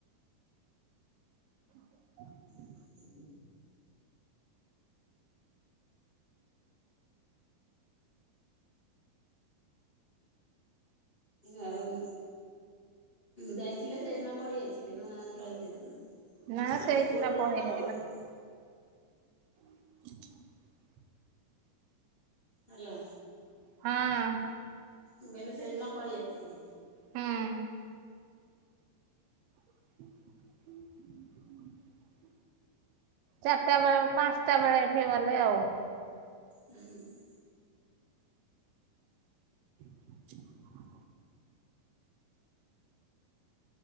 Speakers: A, on the right (about 85°); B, on the left (about 20°).
A: <inaudible>
B: <inaudible> ଆଉ ଯାଇଥିଲେ ସେଇଦିନ ପଳେଇ ଆସିଲେ ନା ରହିଲେ ସେ ଏରା
A: ନା ସେଇଦିନ
B: ତୁ କୋଟର
A: ପଳେଇ
B: ଲୋକ ଟା କହୁଚୁ?
A: ଆଇଲେ <inaudible>
B: ହାଲୋ।
A: ହଁ।
B: ବୋଇଲେ ସେଇ ଦିନ ପଳେଇ ଆସିଲେ?
A: ହୁଁ। <inaudible> ଚାରିଟା ବେଳେ ପାଞ୍ଚଟା ବେଳେ ଏଠି ଗଲେ ଆଉ।
B: ହୁଁ
A: <inaudible>